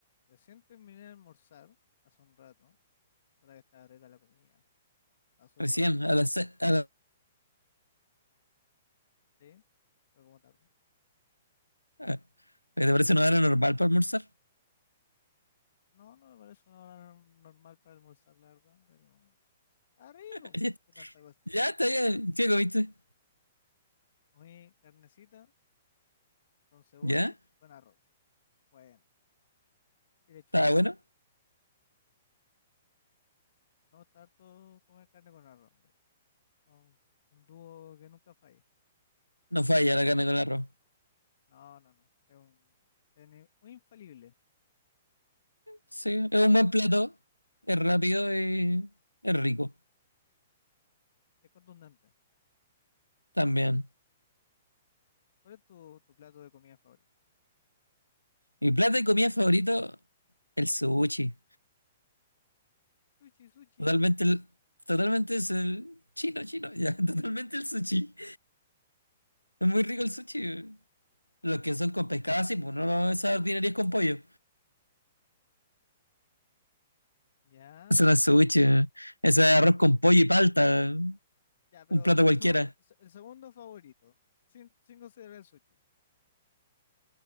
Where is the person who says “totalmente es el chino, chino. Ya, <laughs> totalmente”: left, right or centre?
Left